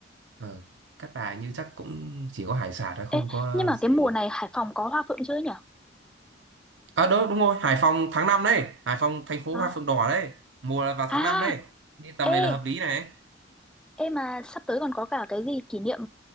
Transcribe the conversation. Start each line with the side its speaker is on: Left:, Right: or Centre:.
Right: ờ, Cát Bà như chắc cũng chỉ có hải sản thôi không
Centre: ê
Right: có
Centre: nhưng mà
Right: gì
Centre: cái mùa này Hải Phòng có hoa phượng chưa nhỉ
Right: à đúng đúng rồi Hải Phòng tháng 5 đấy Hải Phòng thành phố
Centre: à,
Right: hoa phượng đỏ đấy mùa là vào tháng năm
Centre: à
Right: đấy đi tầm này
Centre: ê
Right: là hợp lý này
Centre: ê mà sắp tới còn có cả cái gì kỷ niệm